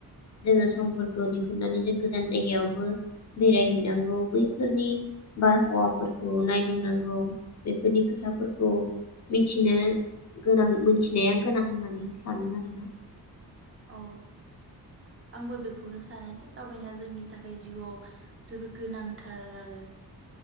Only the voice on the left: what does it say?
जोङो समफोरखौ दिहुननानै जों गोजान जायगायावबो बेरायहैनांगौ बैफोरनि बारहावाफोरखौ नायदिंनांगौ बेफोरनि खोथाफोरखौ मिथिनो गोनां मिथिनाया गोनां होननानै आं सानो आरोना।